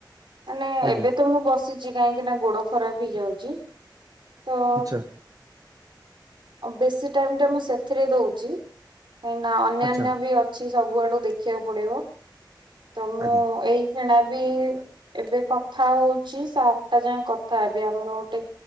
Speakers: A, on the right (about 85°); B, on the right (about 50°).
A: ମାନେ
B: ଆଜ୍ଞା
A: ଏବେ ତ ମୁଁ ବସିଛି କାହିଁକି ନା ଗୋଡ ଖରାପ ହେଇଯାଉଚି ତ।
B: ଆଚ୍ଛା।
A: ବେଶୀ ଟାଇମ ଟା ମୁଁ ସେଥିରେ ଦଉଚି। କାହିଁ ନା ଅନ୍ୟାନ୍ୟ
B: ଆଚ୍ଛା
A: ବି ଅଛି ସବୁ ଆଡୁ ଦେଖିବାକୁ ପଡିବ ତ ମୁଁ
B: ଆଜ୍ଞା
A: ଏଇ। ଏଣା ବି ଏବେ କଥା ହଉଚି ସାତଟା ଯାଏ କଥା ଏବେ ଆମର ଗୋଟେ